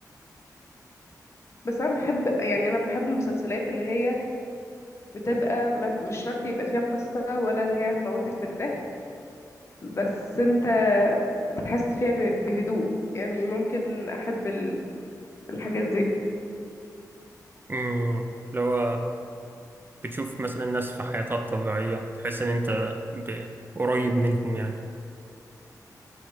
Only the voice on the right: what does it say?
أمم، اللي هو بتشوف مثلا ناس في حياتها الطبيعية تحس إن أنت ب- قريب منهم يعني